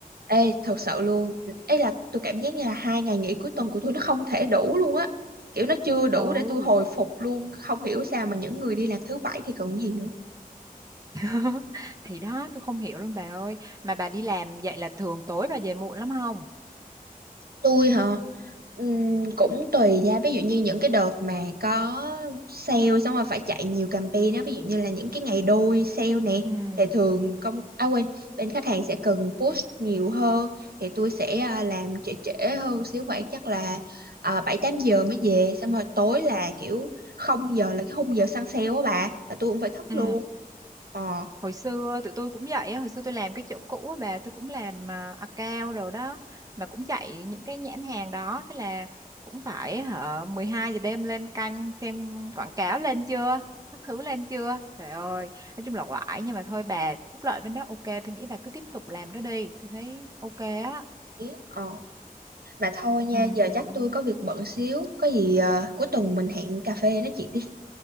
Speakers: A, on the right (about 80°); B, on the right (about 20°).
A: ê thật sự luôn ấy là tôi cảm giác như là hai ngày nghỉ cuối tuần của tôi nó không thể đủ luôn á kiểu nó chưa đủ
B: ừ
A: để tôi hồi phục luôn không hiểu sao mà những người đi làm thứ bảy thì còn gì nữa
B: <laughs> thì đó tôi không hiểu luôn bà ơi mà bà đi làm vậy là thường tối bà về muộn lắm không
A: Tôi hả? Ừm, cũng tùy ra ví dụ như những cái đợt mà có sale xong rồi phải chạy nhiều campaign á ví dụ như là những cái ngày đôi sale nè
B: ừ
A: thì thường công à quên bên khách hàng sẽ cần push nhiều hơn thì tôi sẽ à, làm trễ trễ hơn xíu khoảng chắc là à, bảy tám giờ mới về xong rồi tối là kiểu không giờ là cái khung giờ săn sale á bà là tôi cũng phải thức
B: ừ
A: luôn ờ
B: hồi xưa tụi tôi cũng vậy á hồi xưa tôi làm cái chỗ cũ á bà tôi cũng làm uh, account rồi đó mà cũng chạy những cái nhãn hàng đó thế là cũng phải hả 12 giờ đêm lên canh xem quảng cáo lên chưa các thứ lên chưa trời ơi nói chung là oải nhưng mà thôi bà phúc lợi bên đó ok tôi nghĩ bà cứ tiếp tục làm đó đi tôi thấy ok á
A: ý, ờ mà thôi nha
B: ừ
A: giờ chắc tôi có việc bận xíu có gì à, cuối tuần mình hẹn cà phê nói chuyện đi